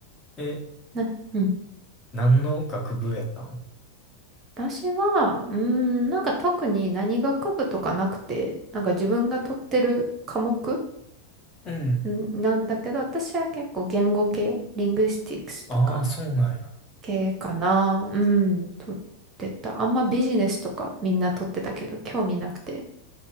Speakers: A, on the left; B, on the right.
A: え、
B: な、うん。
A: 何の学部やったん
B: 私は、うーん、なんか特に何学部とかなくて、なんか自分が取ってる科目
A: うん。
B: んなんだけど、私は結構言語系、リングスティックスとか、
A: ああ、そうなんや。
B: 系かな。うん、撮ってた。あんまビジネスとかみんな撮ってたけど、興味なくて。